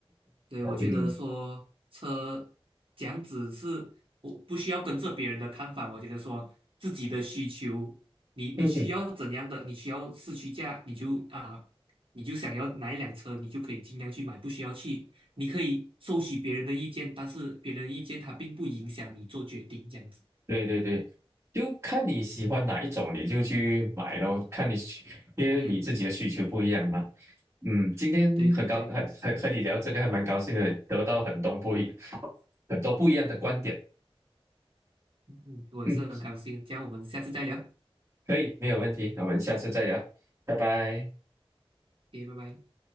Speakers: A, on the right; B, on the right.
A: 对，我觉得说车这样子是我不需要跟着别人的看法，
B: 嗯
A: 我觉得说自己的需求，你你需要怎样的，
B: 嗯哼。
A: 你需要市区价，你就啊、你就想要哪一辆车，你就可以尽量去买，不需要去，你可以收取别人的意见，但是别人的意见它并不影响你做决定，这样子。
B: 对对对，就看你喜欢哪一种，
A: 嗯
B: 你就去买咯。看你需因为你自己的需求不一样嘛。
A: 嗯嗯，
B: 嗯，今天很高，
A: 对对对，
B: 很很和你聊这个还蛮高兴的，得到很多不一很多不一样的观点。
A: 嗯嗯，我也是很高兴，
B: 嗯，
A: 这样我们下次再聊
B: 可以，没有问题，那我们下次再聊，拜拜。
A: ，OK，拜拜。